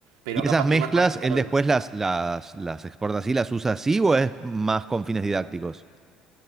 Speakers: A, on the right; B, on the right.
A: Pero
B: ¿Y esas
A: capaz
B: mezclas,
A: que más conectado
B: él después
A: desde
B: las,
A: eso.
B: las, las exporta así, las usa así o es más con fines didácticos?